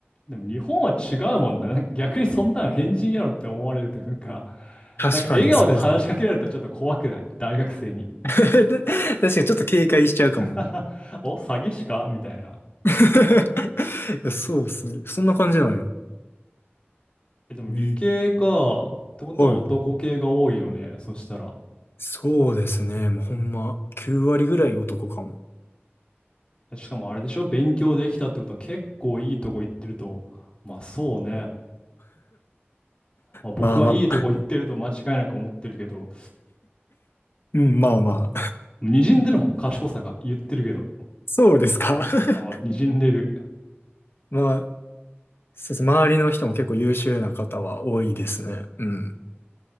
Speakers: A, on the left; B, on the left.
A: でも日本は違うもんだ。なんか逆にそんなん変人やろって思われるというか、
B: 確かに、
A: なんか笑顔で話しかけられたらちょっと怖くない大学生に。
B: そうっす。<laughs> 確かにちょっと警戒しちゃうかも。
A: <laughs> お、詐欺師かみたいな。
B: <laughs> いやそうっすね。そんな感じなんや。
A: えでも理系か。
B: え
A: ってことは男系が多いよね。
B: はい。
A: そしたら。
B: そうですね。もうほんま、9割ぐらい男かも。
A: しかもあれでしょ勉強できたってことは結構いいとこ行ってると。まあそうね。まあ、僕はいいとこ行ってると間違いなく思ってるけど、
B: まあまあ。<laughs> うん、まあまあ。<laughs>
A: 滲んでるもん、賢さが言ってるけど。
B: そうですか。<laughs>
A: あ、にじんでる。
B: まあ、そうです。周りの人も結構優秀な方は多いですね。うん。